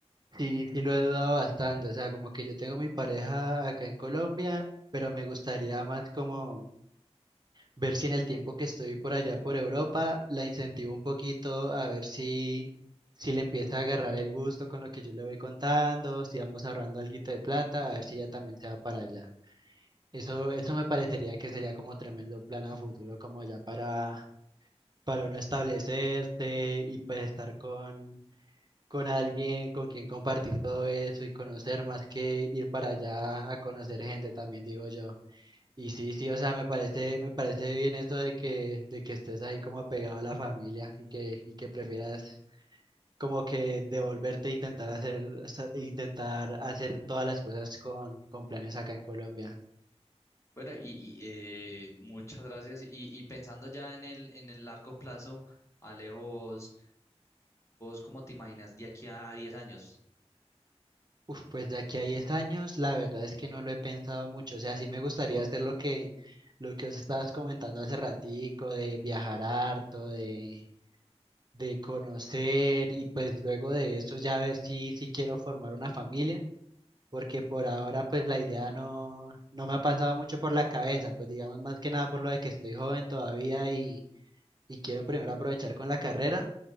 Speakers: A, on the right; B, on the left.
A: sí, sí lo he dudado bastante. O sea, como que yo tengo mi pareja acá en Colombia, pero me gustaría más como... ver si en el tiempo que estoy por allá por Europa la incentivo un poquito a ver si, si le empieza a agarrar el gusto con lo que yo le voy contando, si vamos ahorrando alguito de plata, a ver si ella también se va para allá. Eso, eso me parecería que sería como tremendo plan a futuro, como ya para, para uno establecerse y pues estar con, con alguien con quien compartir todo eso y conocer más que ir para allá a conocer gente también, digo yo. Y sí, sí, o sea, me parece, me parece bien eso de que, de que estés ahí como apegado a la familia y que, y que prefieras como que devolverte e intentar hacer, sa- intentar hacer todas las cosas con, con planes acá en Colombia.
B: Bueno, y, y, eh, muchas gracias. Y, y pensando ya en el, en el largo plazo, Alejo, vos, ¿cómo te imaginas de aquí a 10 años?
A: Uf, pues de aquí a 10 años, la verdad es que no lo he pensado mucho. O sea, sí me gustaría hacer lo que, lo que os estabas comentando hace ratico, de viajar harto, de, de conocer, y pues luego de eso ya ver si, si quiero formar una familia porque por ahora pues la idea no, no me ha pasado mucho por la cabeza, pues digamos más que nada por lo de que estoy joven todavía y, y quiero primero aprovechar con la carrera,